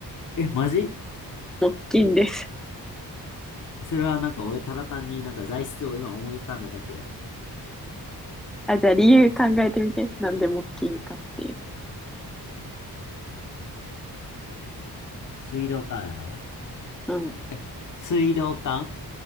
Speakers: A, on the left; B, in the centre.
A: え、マジ
B: 木琴です。
A: それはなんか俺ただ単になんか材質を今思い浮かんだだけやで。
B: あ、じゃあ理由考えてみて。なんで木琴かっていう。
A: 水道管やろ
B: うん、
A: え、水道管